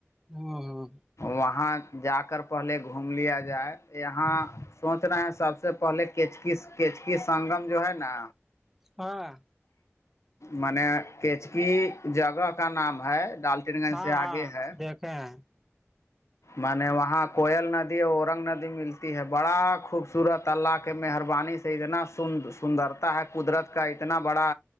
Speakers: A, in the centre; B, on the left.
A: ہاں ہاں
B: وہاں جا کر پہلے گھوم لیا جائے یہاں سوچ رہے ہیں سب سے پہلےچک کیچکی سنگم جو ہے نا
A: ہاں
B: م نے کیچکی جگہ کا نام ہے ڈال کٹن گنج
A: ہاں
B: سے آگے
A: ہاں
B: ہے
A: دیکھے ہیں
B: میں نے وہاں کوئل ندی اور اورنگ ندی ملتی ہے بڑا خوبصورت اللہ کے مہربانی سے اتنا س سندرتا ہے قدرت کا اتنا بڑا